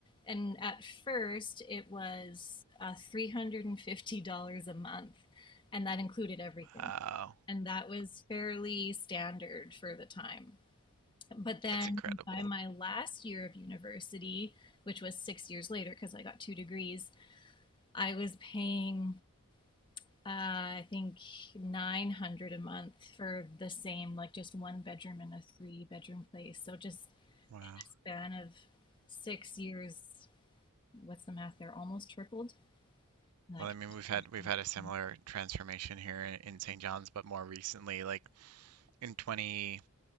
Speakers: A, on the left; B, on the right.
A: And at first, it was uh, $350 a month, and that included everything.
B: Wow,
A: And that was fairly standard for the time. But then
B: that's incredible.
A: by my last year of university, which was six years later because I got two degrees, I was paying, uh, I think, 900 a month for the same, like just one bedroom and a three bedroom place. So just
B: Wow.
A: a span of six years, what's the math there? Almost tripled. And I
B: Well,
A: can't
B: I mean, we've had we've
A: imagine.
B: had a similar
A: it.
B: transformation here in, in St. John's, but more recently, like in 20,